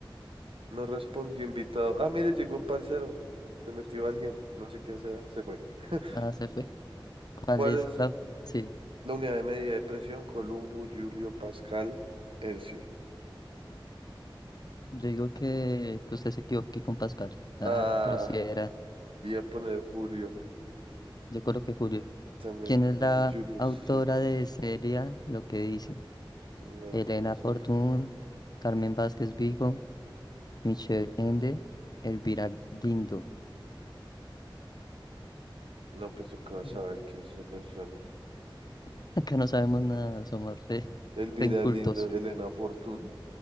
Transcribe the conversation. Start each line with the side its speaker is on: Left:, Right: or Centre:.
Right: No respondió invitado. Ah, mire, llegó un parcero. Se metió alguien. No sé quién será. Se fue. <laughs>
Left: ah, se fue. ¿Cuál
Right: ¿Cuál
Left: es
Right: es
Left: la? Sí.
Right: la unidad de medida de presión? Columbo, Julio, Pascal, Hercio.
Left: Yo digo que, que usted se equivoque con Pascual. Ah,
Right: Ah,
Left: pero si era.
Right: voy a poner Julio
Left: Yo coloqué Julio.
Right: también.
Left: ¿Quién es la
Right: Los Julios
Left: autora
Right: sí.
Left: de Celia? Lo que dice.
Right: No,
Left: Elena
Right: ¿qué vas
Left: Fortún,
Right: a ver?
Left: Carmen Vázquez Vigo, Michelle Ende, Elvira Lindo.
Right: No, pues yo qué vas
Left: Eh,
Right: a ver quién es esa persona.
Left: <laughs> Acá no sabemos nada, somos re, <laughs>
Right: Elvira
Left: re incultos.
Right: Lindo, Elena Fortún.